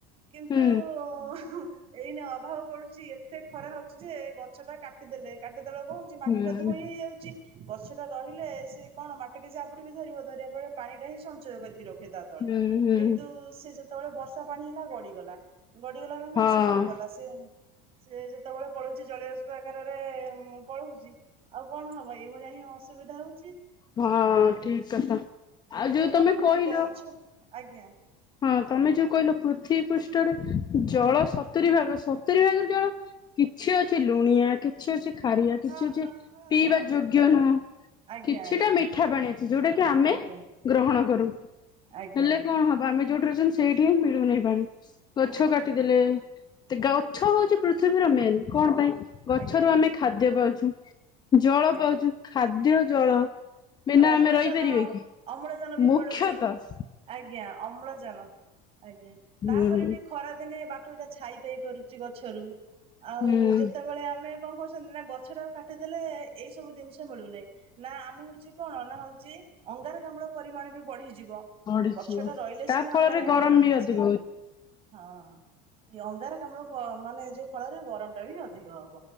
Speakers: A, on the right (about 30°); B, on the left (about 20°).
A: କିନ୍ତୁ
B: ହୁଁ
A: ଉ ଉ ଏଇନା ଅଭାବ ପଡ଼ୁଚି ଏତେ ଖରା ହଉଚି ଯେ ଗଛ ଟା କାଟିଦେଲେ କା ମାଟିଟା କଣ ହଉଚି ମାଟି
B: ହୁଁ
A: ଟା ଧୋଇ ହେଇଯାଉଚି ଗଛ ଟା ରହିଲେ ସେ କଣ ମାଟିକି ଯାବୁଡ଼ିକି ଧରିବ ଧରିବା ପରେ ପାଣି ଟା ହିଁ ସଞ୍ଚୟ କରିକି ରଖେ ତା ତଳେ
B: ହୁଁ। ହୁଁ।
A: କିନ୍ତୁ ସେ ଯେ ତଳେ ବର୍ଷା ପାଣି ହେଲା ଗଡ଼ିଗଲା ଗଡ଼ିଗଲା ନା ନାଇଁ
B: ହଁ
A: ସେ ପାଣି ଗଲା ସେ ସେ ଯେତେବେଳେ ପଳଉଛି ଜଳୀୟବାଷ୍ପ ଆକାରରେ ପଳଉଛି ଆଉ କଣ ହବ ଏଇଭଳିଆ ଅସୁବିଧା ହଉ
B: ହଁ ଠିକ କଥା ଆଉ ଯଉ
A: ଲୋକମାନେ
B: ତମେ କହିଲ
A: ବି ଗଛ ଆଜ୍ଞା
B: ହଁ ତମେ ଯୋଉ କହିଲ ପୃଥିବୀ ପୃଷ୍ଠରେ ଜଳ ସତୁରି ଭାଗ ସତୁରି ଭାଗରେ ଜଳ କିଛି ଅଛି ଲୁଣିଆ କିଛି ଅଛି ଖାରିଆ କିଛି
A: ହଁ
B: ଅଛି
A: ହଁ ହଁ
B: ପିଇବା
A: ହଁ
B: ଯୋଗ୍ୟ ନୁହଁ।
A: ଆଜ୍ଞା
B: କିଛିଟା
A: ଆଜ୍ଞା
B: ମିଠା ପାଣି ଅଛି ଯୋଉଟା କି ଆମେ
A: ଆଜ୍ଞା
B: ଗ୍ରହଣ କରୁ।
A: ଆଜ୍ଞା
B: ହେଲେ କଣ
A: ଆଜ୍ଞା
B: ହବ ଆମେ ଯୋଉଠି ଅଛନ୍ତି ସେଇଠି ହିଁ ମିଳୁ ନାହିଁ ପାଣି ଗଛ
A: ଆଜ୍ଞା
B: କାଟିଦେଲେ ଗଛ ହଉଛି ପୃଥିବୀର ମେନ୍ କଣ ପାଇଁ ଗଛରୁ
A: ଆଜ୍ଞା
B: ଆମେ ଖାଦ୍ୟ ପାଉଛୁ। ଜଳ
A: ଆଜ୍ଞା
B: ପାଉଛୁ ଖାଦ୍ୟ ଜଳ। ବିନା
A: ଆଉ ଅମ୍ଳଜାନ
B: ଆମେ ରହିପାରିବେ କି
A: ଅମ୍ଳଜାନ ବି
B: ମୁଖ୍ୟତଃ
A: ମିଳୁଛି ଆଜ୍ଞା ଅମ୍ଳଜାନ। ଆଜ୍ଞା
B: ହୁଁ
A: ତାପରେ ବି ଖରା ଦିନେ ବାଟ ବିଟା ଛାଇ ପାଇପାରୁଛି ଗଛରୁ ଆଉ
B: ହୁଁ
A: ଯେତେବେଳେ ଆମେ କଣ କରୁଛନ୍ତି ନା ଗଛ ଟାକୁ କାଟିଦେଲେ ଏଇ ସବୁ ଜିନିଷ ମିଳୁନାହିଁ ନା ଆମେ ହଉଚି କଣ ନା ହଉଛି ଅଙ୍ଗାରକାମ୍ଳ ପରିମାଣ ବି ବଢିଯିବ
B: ପଡିଯିବ
A: ଗଛ ଟା ରହିଲେ
B: ତା
A: ସିନା
B: ଫଳରେ
A: ଅଙ୍ଗାରକାମ୍ଲ
B: ଗରମ
A: ଟା
B: ବି
A: ହଉଛି
B: ଅଧିକ
A: ହଁ ଅଙ୍ଗାର ଆମ ମାନେ ଏଇ ଯୋଉ ଫଳରେ ଗରମ ଟା ବି ଅଧିକ ହବ